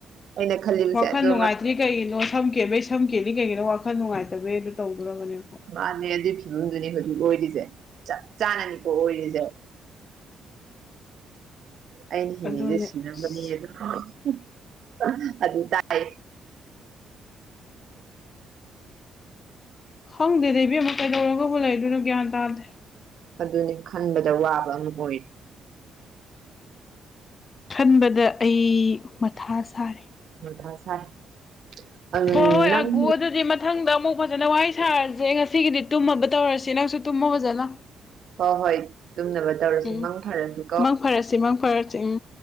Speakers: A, on the right; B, on the left.
A: ꯑꯩꯅ ꯈꯜꯂꯤꯕꯁꯦ
B: ꯋꯥꯈꯜ
A: ꯑꯗꯨ
B: ꯅꯨꯡꯉꯥꯏꯇ꯭ꯔꯤ ꯀꯩꯒꯤꯅꯣ ꯁꯝ ꯀꯦꯟꯕꯩ ꯁꯝ ꯀꯦꯜꯂꯤ ꯀꯩꯒꯤꯅꯣ ꯋꯥꯈꯜ ꯅꯨꯡꯉꯥꯏꯇꯕꯩ ꯑꯗꯣ ꯇꯧꯗꯣꯔꯕꯅꯦ ꯑꯩꯈꯣꯏ
A: ꯃꯥꯅꯦ ꯑꯗꯨꯢ ꯐꯤꯕꯝꯗꯨꯅꯤ ꯍꯧꯖꯤꯛ ꯑꯣꯏꯔꯤꯖꯦ ꯆꯞ ꯆꯥꯅꯅꯤꯀꯣ ꯑꯣꯏꯔꯤꯖꯦ ꯑꯩꯅ ꯍꯤꯡꯉꯤꯖꯦ
B: ꯑꯗꯨꯅꯦ
A: ꯁꯤꯅꯕꯅꯤ
B: ꯑꯁ
A: <unintelligible> ꯑꯗꯨ ꯇꯥꯏ
B: ꯈꯪꯗꯦꯗ ꯏꯕꯦꯝꯃ ꯀꯩꯗꯧꯔꯒꯕꯨ ꯂꯩꯗꯨꯣꯏꯅꯣ ꯒ꯭ꯌꯥꯟ ꯇꯥꯗꯦ
A: ꯑꯗꯨꯅꯤ ꯈꯟꯕꯗ ꯋꯥꯕ ꯑꯃ ꯑꯣꯏꯔꯤ
B: ꯈꯟꯕꯗ ꯑꯩ ꯃꯊꯥ ꯁꯥꯔꯦ
A: ꯃꯊꯥ ꯁꯥꯏ <unintelligible>
B: ꯍꯣꯏ ꯍꯣꯏ
A: ꯅꯪ
B: ꯑꯒꯣ ꯑꯗꯨꯗꯤ ꯃꯊꯪꯗ ꯑꯃꯨꯛ ꯐꯖꯅ ꯋꯥꯔꯤ ꯁꯥꯔꯁꯦ ꯉꯁꯤꯒꯤꯗꯤ ꯇꯨꯝꯃꯕ ꯇꯧꯔꯁꯤ ꯅꯪꯁꯨ ꯇꯨꯝꯃꯣ ꯐꯖꯅ
A: ꯍꯣꯏ ꯍꯣꯏ ꯇꯨꯝꯅꯕ ꯇꯧꯔꯁꯤ
B: ꯎꯝ
A: ꯃꯪ ꯐꯔꯁꯤꯀꯣ
B: ꯃꯪ ꯐꯔꯁꯤ ꯃꯪ ꯐꯔꯁꯤ ꯎꯝ